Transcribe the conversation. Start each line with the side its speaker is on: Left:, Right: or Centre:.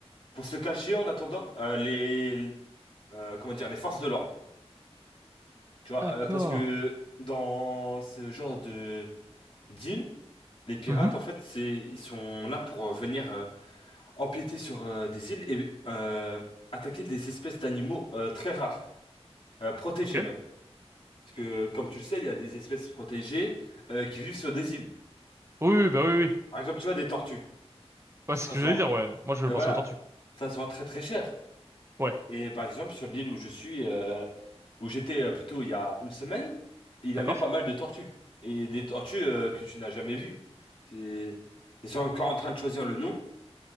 Left: pour se cacher en attendant euh, les, euh, comment dire, les forces de l'ordre. Tu vois,
Right: D'accord.
Left: euh, parce que dans ce genre de d'île, les pirates,
Right: Mhm.
Left: en fait, c'est, ils sont là pour euh, venir euh, empiéter sur euh, des îles et euh, attaquer des espèces d'animaux euh, très rares, euh, protégés
Right: Ok.
Left: même. Parce que, comme tu le sais, il y a des espèces protégées euh, qui vivent sur des îles.
Right: Oui, oui, bah oui, oui.
Left: Par exemple, tu vois, des tortues.
Right: Ouais,
Left: Ça
Right: c'est ce que
Left: se
Right: j'allais
Left: vend,
Right: dire, ouais. Moi, je
Left: euh,
Right: pensais
Left: voilà,
Right: aux tortues.
Left: ça se vend très très cher.
Right: Ouais.
Left: Et par exemple, sur l'île où je suis, euh, où j'étais euh, plutôt il y a une semaine, il y
Right: D'accord.
Left: avait pas mal de tortues. Et des tortues euh, que tu n'as jamais vues. C'est- Ils sont encore en train de choisir le nom.